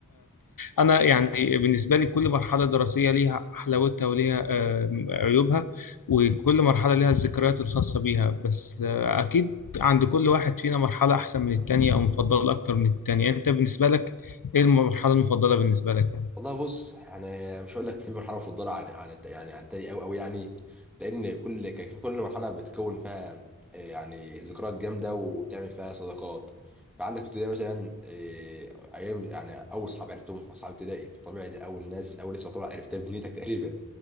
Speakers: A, on the left; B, in the centre.
A: أنا يعني بالنسبة لي كل مرحلة دراسية ليها حلاوتها وليها آه، عيوبها وكل مرحلة ليها الذكريات الخاصة بيها بس آه، أكيد عند كل واحد فينا مرحلة أحسن من التانية أو مفضلة أكتر من التانية أنت بالنسبة لك إيه المرحلة المفضلة بالنسبة لك يعني؟
B: والله بص يعني مش هقول لك في مرحله مفضله عن عن الت- يعني عن التاني قوي قوي يعني لان كل كان كل مرحله بتكون فيها آه، يعني ذكريات جامده وبتعمل فيها صداقات فعندك في ابتدائي مثلا آه، ايام يعني اول صحاب عرفتهم في اصحاب ابتدائي فطبيعي دي اول ناس اول ناس يعتبر عرفتها في دنيتك تقريبا